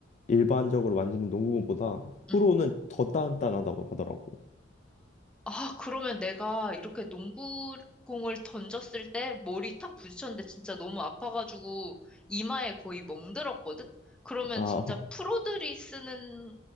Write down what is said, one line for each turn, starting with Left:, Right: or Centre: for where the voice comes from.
Left: 일반적으로 만지는 농구공보다
Centre: 응.
Left: 프로는 더 단단하다고 하더라고.
Centre: 아, 그러면 내가 이렇게 농구공을 던졌을 때 머리 탁 부딪혔는데 진짜 너무 아파가지고 이마에 거의 멍들었거든? 그러면
Left: 아,
Centre: 진짜
Left: <laughs>
Centre: 프로들이 쓰는